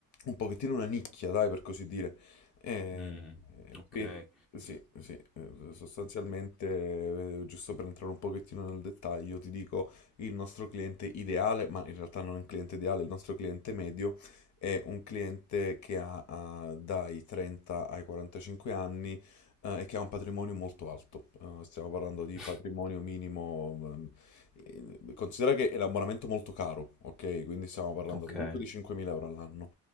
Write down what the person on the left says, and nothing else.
un pochettino una nicchia, dai, per così dire. Eh,
per- sì, sì, eh, sostanzialmente, eh, giusto per entrare un pochettino nel dettaglio, ti dico il nostro cliente ideale, ma in realtà non è un cliente ideale, il nostro cliente medio è un cliente che ha, eh, dai 30 ai 45 anni eh, e che ha un patrimonio molto alto. Eh, stiamo parlando di
patrimonio minimo, ehm, eh, considera che è un abbonamento molto caro, ok? Quindi stiamo parlando
comunque di 5.000 euro all'anno.